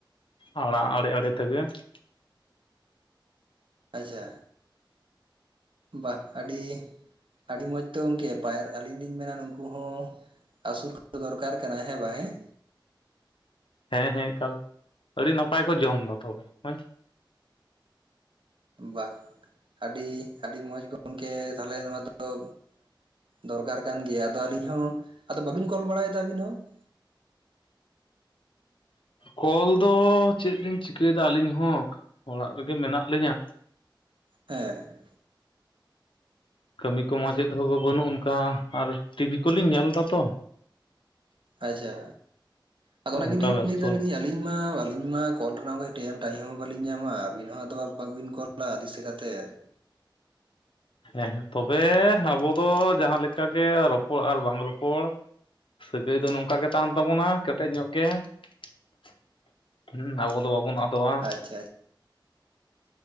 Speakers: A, on the left; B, on the right.
A: ᱟᱲᱟᱜ ᱟᱲᱮ ᱟᱲᱮ ᱛᱮᱜᱮ ᱾
B: ᱟᱪᱪᱷᱟ ᱵᱟᱦ ᱟᱹᱰᱤ ᱟᱹᱰᱤ ᱢᱚᱡᱽ ᱛᱚ ᱜᱚᱝᱠᱮ ᱯᱟᱭ ᱟᱞᱤᱧ ᱞᱤᱧ ᱢᱮᱱᱟ ᱱᱩᱝᱠᱩ ᱦᱚᱸ ᱟᱹᱥᱩᱞ ᱠᱚ ᱫᱚᱨᱠᱟᱨ ᱠᱟᱱᱟ ᱦᱮᱸ ᱵᱟᱝ ᱦᱮᱸ?
A: ᱦᱮᱸ ᱦᱮᱸ ᱮᱠᱟᱞ ᱟᱹᱰᱤ ᱱᱟᱯᱟᱭ ᱠᱚ ᱡᱚᱢ ᱫᱟ ᱛᱚᱵᱮ ᱾
B: ᱵᱟᱦ ᱟᱹᱰᱤ ᱟᱹᱰᱤ ᱢᱚᱡᱽ ᱜᱚᱝᱠᱮ ᱛᱟᱦᱞᱮ ᱱᱚᱣᱟ ᱫᱚ <unintelligible> ᱫᱚᱨᱠᱟᱨ ᱠᱟᱱ ᱜᱮᱭᱟ, ᱟᱫᱚ ᱟᱹᱞᱤᱧ ᱦᱚᱸ ᱟᱫᱚ ᱵᱟᱵᱤᱱ ᱠᱚᱞ ᱵᱟᱲᱟᱭᱮᱫᱟ ᱟᱹᱵᱤᱱ ᱦᱚᱸ ᱾
A: ᱠᱚᱞ ᱫᱚ ᱪᱮᱫ ᱞᱤᱧ ᱪᱤᱠᱟᱹᱭᱮᱫᱟ ᱟᱹᱞᱤᱧ ᱦᱚᱸᱠ ᱚᱲᱟᱜ ᱨᱮᱜᱮ ᱢᱮᱱᱟᱜ ᱞᱤᱧᱟᱹ ᱾
B: ᱦᱮᱸ ᱾
A: ᱠᱟᱹᱢᱤ ᱠᱚᱢᱟ ᱪᱮᱫ ᱦᱚᱸ ᱵᱟ ᱵᱟᱹᱱᱩᱜ ᱚᱱᱠᱟ ᱟᱨ ᱴᱤᱵᱷᱤ ᱠᱚᱞᱤᱧ ᱧᱮᱞ ᱫᱟ ᱛᱚ ᱾
B: ᱟᱪᱪᱷᱟ, ᱟᱫᱚ ᱚᱱᱟ
A: ᱚᱱᱠᱟ
B: ᱜᱤᱞᱤᱧ
A: ᱵᱮᱥᱛᱚ
B: ᱞᱟᱹᱭ ᱫᱟ ᱞᱟᱹᱭᱫᱤᱧ ᱟ ᱟᱹᱞᱤᱧ ᱢᱟ ᱟᱹᱞᱤᱧ ᱢᱟ ᱠᱚᱞ ᱨᱮᱱᱟᱜ ᱚᱱᱠᱟ ᱴᱮᱢ ᱴᱟᱭᱤᱢ ᱦᱚᱸ ᱵᱟᱞᱤᱧ ᱧᱟᱢᱟ ᱟᱹᱵᱤᱱ ᱦᱚᱸ ᱟᱫᱚ ᱵᱟᱝᱵᱤᱱ ᱠᱚᱞᱟ ᱫᱤᱥᱟᱹ ᱠᱟᱛᱮᱫ ᱾
A: ᱦᱮᱸᱜ ᱛᱚᱵᱮ ᱟᱵᱚ ᱫᱚ ᱡᱟᱦᱟᱸ ᱞᱮᱠᱟ ᱜᱮ ᱨᱚᱯᱚᱲ ᱟᱨ ᱵᱟᱝ ᱨᱚᱯᱚᱲ ᱥᱟᱹᱜᱟᱹᱭ ᱫᱚ ᱱᱚᱝᱠᱟ ᱜᱮ ᱛᱟᱦᱮᱱ ᱛᱟᱵᱚᱱᱟ ᱠᱮᱴᱮᱡ ᱧᱚᱜ ᱜᱮ ᱾ ᱦᱩᱸ ᱟᱵᱚ ᱫᱚ ᱵᱟᱵᱚᱱ ᱟᱫᱚᱜᱼᱟ ᱾
B: ᱟᱪᱪᱷᱟ ᱟᱪ